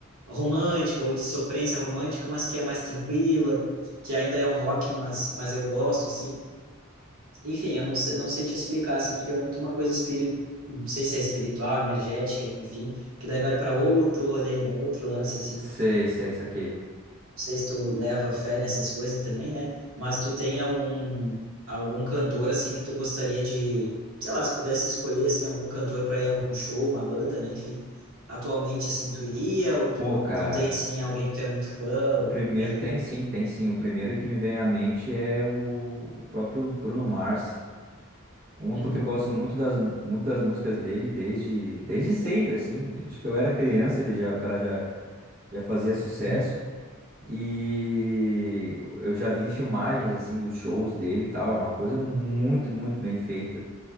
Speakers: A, on the right; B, on the right.
A: romântica ou de sofrência romântica, mas que é mais tranquila, que ainda é um rock, mas, mas eu gosto, assim. Enfim, eu não sei, não sei te explicar, assim, porque é muito uma coisa espírita, não sei se é espiritual, energética, enfim, que daí vai para outro rolê, né? Outro lance, assim
B: Sei, sei, saquei.
A: sei se tu leva fé nessas coisas também, né? Mas tu tem algum algum cantor assim que tu gostaria de, sei lá, se pudesse escolher assim algum cantor para ir em algum show, uma banda, né? Enfim, atualmente assim tu iria ou tu
B: Pô,
A: não,
B: cara,
A: não tem assim alguém que tu é muito fã,
B: o primeiro.
A: meio
B: Tem sim, tem sim. O primeiro que me vem à mente é o o próprio Bruno Mars. Uma
A: Uhum,
B: porque eu gosto muito das, muito das músicas dele desde, desde sempre, assim. Desde que eu era criança, ele já, o cara já, já fazia sucesso.
A: uhum,
B: E eu já vi filmagens, assim, dos shows dele e tal. É uma coisa muito, muito bem feita.